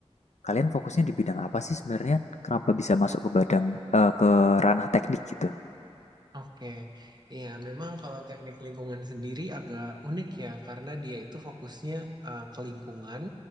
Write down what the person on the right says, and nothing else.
Oke, Iya memang kalau teknik lingkungan sendiri agak unik ya, karena dia itu fokusnya eh, ke lingkungan,